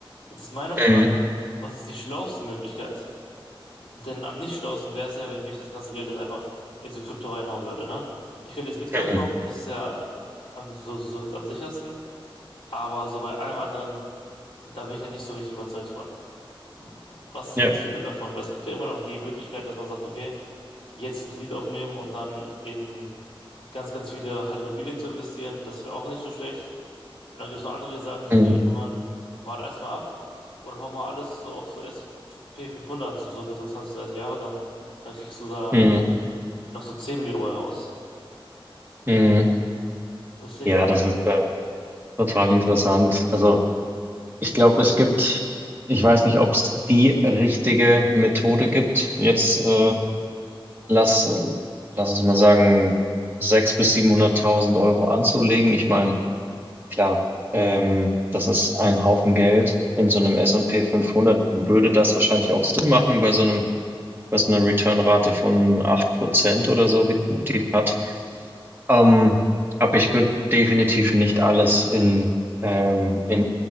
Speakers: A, on the left; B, on the right.
A: Jetzt ist meine Frage,
B: Mhm.
A: was ist die schlauste Möglichkeit? Denn am nicht schlausten wäre es ja, wenn ich das ganze Geld jetzt einfach in so Krypto reinhauen würde, ne? Ich könnte jetzt Bitcoin
B: Mhm.
A: kaufen, das ist ja ähm, so, somit am sichersten, aber so bei allem anderen, da bin ich ja nicht so richtig überzeugt von. Was
B: Ja.
A: hältst du denn davon? Weil es gibt ja immer noch die Möglichkeit, dass man sagt, okay, jetzt einen Kredit aufnehmen und dann in ganz, ganz viele halt Immobilien zu investieren, das wäre auch nicht so schlecht. Und dann gibt es noch andere, die sagen so,
B: Mhm.
A: nö, Luan, wart erstmal ab und hau mal alles so auf so S und P 500 so, so für so 20, 30 Jahre, dann, dann kriegst du da
B: Mhm.
A: noch so 10 Millionen mal raus.
B: Mhm.
A: Was denkst
B: Ja,
A: du
B: das
A: denn?
B: ist äh, total interessant. Also ich glaube, es gibt, ich weiß nicht, ob es die richtige Methode gibt. Jetzt äh, lass, lass uns mal sagen, 600.000 bis 700.000 Euro anzulegen. Ich meine, Klar, ähm, das ist ein Haufen Geld. In so einem S und P fünfhundert würde das wahrscheinlich auch Sinn machen bei so einem, bei so einer Return-Rate von 8% oder so, wie die hat. Ähm, aber ich würde definitiv nicht alles in, ähm, in